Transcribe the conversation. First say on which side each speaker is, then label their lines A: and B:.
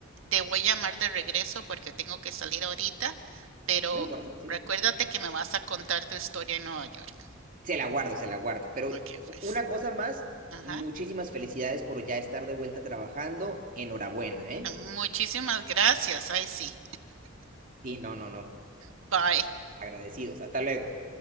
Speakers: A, on the right (about 70°); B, on the right (about 40°).
A: te voy a llamar de regreso porque tengo que salir ahorita, pero
B: No importa, sí.
A: recuérdate que me vas a contar tu historia en Nueva York.
B: Se la guardo, se la guardo. Pero
A: Ok, pues.
B: una cosa más,
A: Ajá.
B: muchísimas felicidades por ya estar de vuelta trabajando. Enhorabuena, ¿eh?
A: Muchísimas gracias. Ay, sí.
B: Sí, no, no, no.
A: Bye.
B: Agradecidos. Hasta luego.